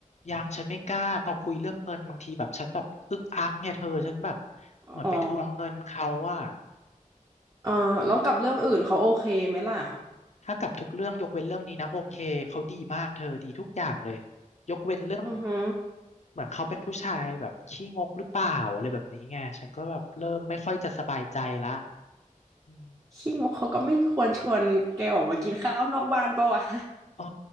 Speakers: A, on the left; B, on the right.
A: ยังฉันไม่กล้าพอคุยเรื่องเงินบางทีแบบฉันแบบอึกอักเนี่ยเธอฉันแบบเหมือนไปทวงเงินเขาว่า
B: อ๋อเออแล้วกับเรื่องอื่นเขาโอเคไหมล่ะ
A: ถ้ากับทุกเรื่องยกเว้นเรื่องนี้นะโอเคเขาดีมากเธอดีทุกอย่างเลยยกเว้นเรื่อง
B: อือฮึ
A: เหมือนเขาเป็นผู้ชายแบบขี้งกหรือเปล่าอะไรแบบนี้ไงฉันก็แบบเริ่มไม่ค่อยจะสบายใจละอืม
B: ขี้งกเขาก็ไม่ควรชวนแกออกมากินข้าวนอกบ้านปะวะ
A: เออ